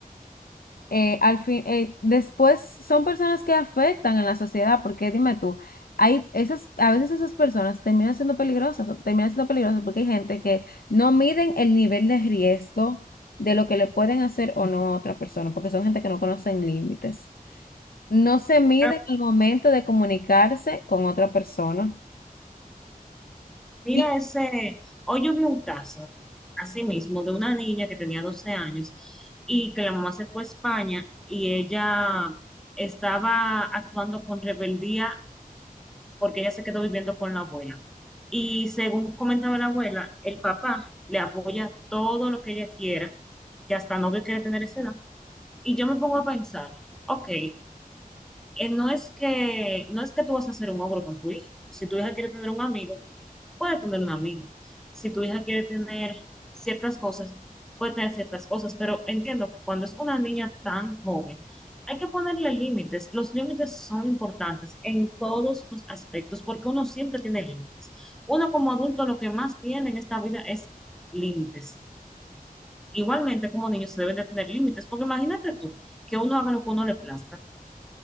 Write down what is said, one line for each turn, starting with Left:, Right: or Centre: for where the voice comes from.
Left: eh, al fin, eh, después son personas que afectan en la sociedad, porque dime tú, hay esas, a veces esas personas terminan siendo peligrosas, o terminan siendo peligrosas porque hay gente que no miden el nivel de riesgo de lo que le pueden hacer o no a otra persona, porque son gente que no conocen límites. No se miden
Centre: Ah,
Left: el momento de comunicarse con otra persona.
Centre: Mira
Left: Y
Centre: ese, hoy yo vi un caso, así mismo, de una niña que tenía 12 años y que la mamá se fue a España y ella estaba actuando con rebeldía porque ella se quedó viviendo con la abuela. Y según comentaba la abuela, el papá le apoya todo lo que ella quiera, que hasta novio quiere tener esa edad. Y yo me pongo a pensar, ok, eh, no es que, no es que tú vas a hacer un ogro con tu hija. Si tu hija quiere tener un amigo, puede tener un amigo. Si tu hija quiere tener ciertas cosas, puede tener ciertas cosas, pero entiendo que cuando es una niña tan joven, hay que ponerle límites. Los límites son importantes en todos los aspectos, porque uno siempre tiene límites. Uno como adulto lo que más tiene en esta vida es límites. Igualmente como niños se deben de tener límites, porque imagínate tú que uno haga lo que uno le plazca